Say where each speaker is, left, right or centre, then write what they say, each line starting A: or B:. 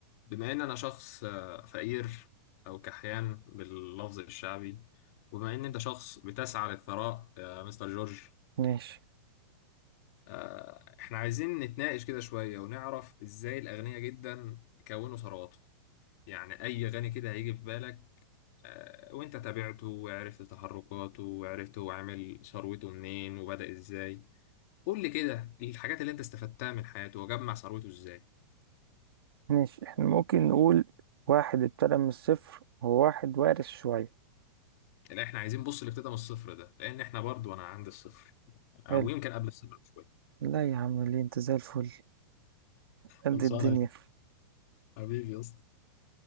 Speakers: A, on the left; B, on the right.
A: بما ان انا شخص آه، فقير او كحيان باللفظ الشعبي وبما ان انت شخص بتسعى للثراء يا مستر جورج
B: ماشي
A: آه، احنا عايزين نتناقش كده شوية ونعرف ازاي الاغنياء جدا كونوا ثرواتهم يعني اي غني كده هيجي في بالك آه، وانت تابعته وعرفت تحركاته وعرفت هو عامل ثروته منين وبدأ ازاي قول لي كده الحاجات اللي انت استفدتها من حياته وجمع ثروته ازاي
B: ماشي احنا ممكن نقول واحد ابتدى من الصفر وواحد وارث شوية
A: لا احنا عايزين بص اللي ابتدى من الصفر ده لان احنا برضو انا عند الصفر او
B: حلو
A: يمكن قبل الصفر بشويه
B: لا يا عم ليه انت زي الفل قد
A: خلصانه
B: الدنيا
A: يا حبيبي يا اسطى